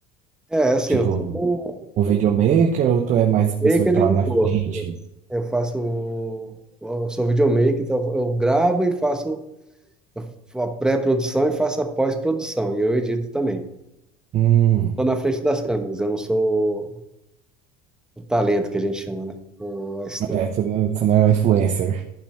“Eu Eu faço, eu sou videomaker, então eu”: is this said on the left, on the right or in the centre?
Centre